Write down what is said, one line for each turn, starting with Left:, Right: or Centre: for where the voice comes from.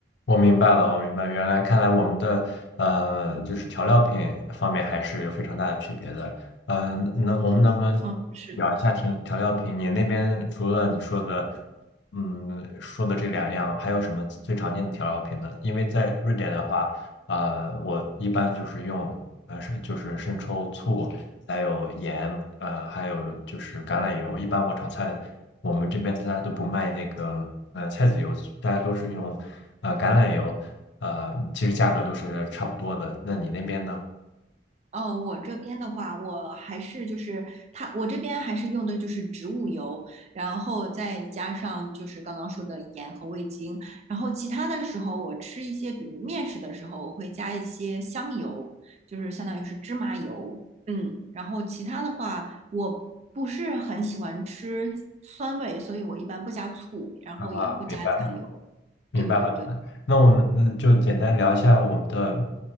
Left: 我明白了，我明白，原来看来我们的呃，就是调料品方面还是有非常大的区别的。嗯、呃，那我们能不能聊一下调调料品？
Right: 嗯，是
Left: 你那边除了你说的，嗯，说的这两样，还有什么最常见的调料品呢？因为在瑞典的话，呃，我一般就是用呃，是就是生抽、醋，还有盐，呃，还有就是橄榄油。一般我炒菜，我们这边大家都不卖那个呃菜籽油，大家都是用呃橄榄油，呃，其实价格都是差不多的。那你那边呢？
Right: 哦，我这边的话，我还是就是它，我这边还是用的就是植物油，然后再加上就是刚刚说的盐和味精，然后其他的时候我吃一些，比如面食的时候，我会加一些香油，就是相当于是芝麻油，嗯，然后其他的话，我不是很喜欢吃酸味，所以我一般不加醋，然后也不加酱油，
Left: 啊，明白了，明白了。
Right: 对对对，
Left: 那我们嗯就简单聊一下我们的，